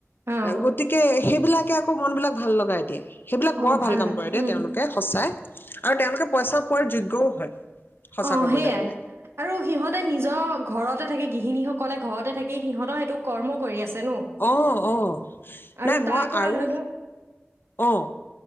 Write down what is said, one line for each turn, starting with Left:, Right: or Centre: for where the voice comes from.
Right: অ',
Left: গতিকে সেইবিলাক তাকে আকৌ মন বিলাক ভাল লগা এতিয়া। সেইবিলাক
Right: অ',
Left: বৰ ভাল কাম
Right: লাগে।
Left: কৰে দেই
Right: উম,
Left: তেওঁলোকে সঁচাই আৰু তেওঁলোকে পইচা পোৱাৰ যোগ্যও হয়। সঁচা
Right: অঁ
Left: কবলৈ
Right: সেইয়াই
Left: গলে
Right: আৰু সিহঁতে নিজৰ ঘৰতে থাকে গৃহিণীসক ক'লে ঘৰতে থাকি সিহঁতৰেইটো! কৰ্ম কৰি আছে ন
Left: অ অ
Right: আৰু
Left: নাই মই
Right: তাৰ পৰা
Left: আৰু
Right: ধৰি লও
Left: অ